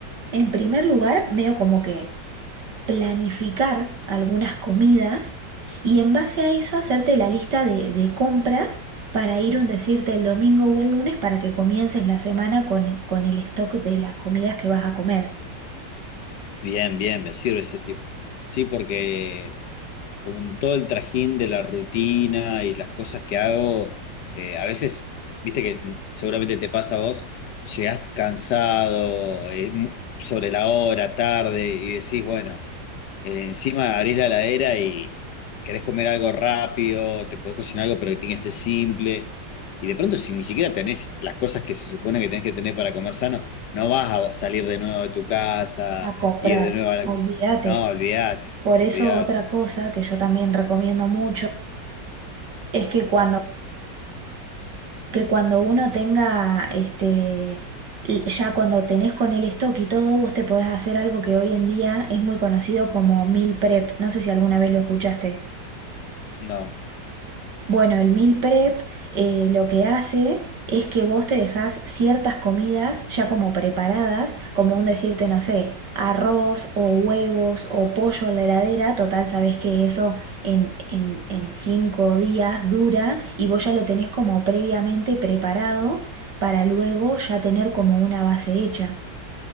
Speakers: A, on the right; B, on the left.
A: en primer lugar, medio como que planificar algunas comidas y en base a eso hacerte la lista de, de compras para ir un decirte el domingo o el lunes para que comiences la semana con, con el stock de las comidas que vas a comer,
B: Bien, bien, me sirve ese tip. Sí, porque con todo el trajín de la rutina y las cosas que hago, eh, a veces, viste que seguramente te pasa a vos, llegás cansado, eh, mu- sobre la hora, tarde, y decís, bueno, eh, encima abrís la heladera y querés comer algo rápido, te podés cocinar algo, pero que tiene que ser simple. Y de pronto, si ni siquiera tenés las cosas que se supone que tenés que tener para comer sano, no vas a salir de nuevo de tu casa,
A: a comprar.
B: ir de nuevo a la...
A: Olvídate.
B: No, olvídate,
A: Por
B: olvídate.
A: eso otra cosa que yo también recomiendo mucho es que cuando, que cuando uno tenga, este, l- ya cuando tenés con el stock y todo, vos te podés hacer algo que hoy en día es muy conocido como meal prep. No sé si alguna vez lo escuchaste.
B: No,
A: Bueno, el meal prep eh, lo que hace es que vos te dejás ciertas comidas ya como preparadas, como un decirte, no sé, arroz o huevos o pollo en la heladera, total, sabés que eso en, en, en cinco días dura y vos ya lo tenés como previamente preparado para luego ya tener como una base hecha.